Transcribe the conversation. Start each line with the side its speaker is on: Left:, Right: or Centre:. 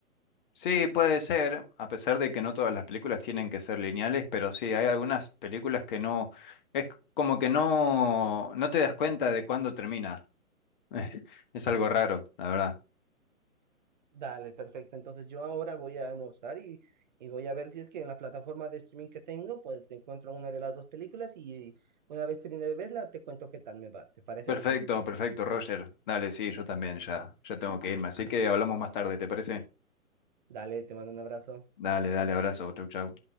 Left: Sí, puede ser, a pesar de que no todas las películas tienen que ser lineales, pero sí, hay algunas películas que no, es como que no, no te das cuenta de cuándo termina. <laughs> Es algo raro, la verdad.
Right: Dale, perfecto. Entonces yo ahora voy a almorzar y, y voy a ver si es que en la plataforma de streaming que tengo, pues encuentro una de las dos películas y una vez termine de verla, te cuento qué tal me va. ¿Te parece?
Left: Perfecto, perfecto, Roger. Dale, sí, yo también ya, ya tengo que irme, así que hablamos más tarde, ¿te parece?
Right: Dale, te mando un abrazo.
Left: Dale, dale, abrazo, chau, chau.